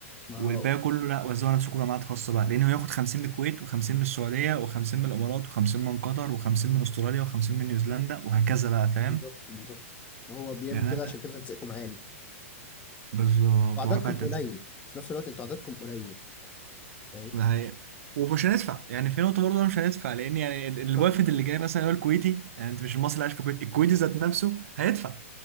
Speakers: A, on the left; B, on the right.
A: ما
B: والباقي
A: هو
B: كله لا وزعوا على نفسكم جامعات خاصة بقى لأنه ياخد 50 من الكويت و50 من السعودية و50 من الإمارات و50 من قطر و50 من أستراليا و50 من نيوزيلندا وهكذا بقى فاهم
A: بالظبط بالظبط هو بيعمل
B: يعني
A: كده
B: أنا
A: عشان كده تنسيقكم عالي
B: بالظبط
A: وعددكم
B: ورا فيها التنسيق
A: قليل في نفس الوقت انتوا عددكم قليل فاهم
B: ده هي ومش هندفع يعني في نقطة برضه أنا مش هندفع لأن يعني ال- الوافد
A: بالظبط
B: اللي جاي مثلا هو الكويتي يعني أنت مش المصري اللي عايش في الكويت الكويتي ذات نفسه هيدفع